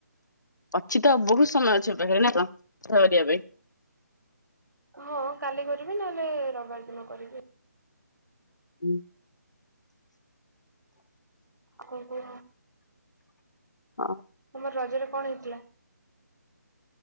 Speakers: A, on the left (about 80°); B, on the right (about 85°).
A: ଅଛି ତ ବହୁତ ସମୟ ଅଛି ପାଖରେ ନା ଙ୍କ ସଫା କରିବା ପାଇଁ।
B: ହଁ କାଲି କରିବି ନହେଲେ ରବିବାର ଦିନ କରିବି ଆଉ।
A: ହୁଁ।
B: ଆପଣ କହ
A: ହଁ
B: ତମର ରଜରେ କଣ ହେଇଥିଲା?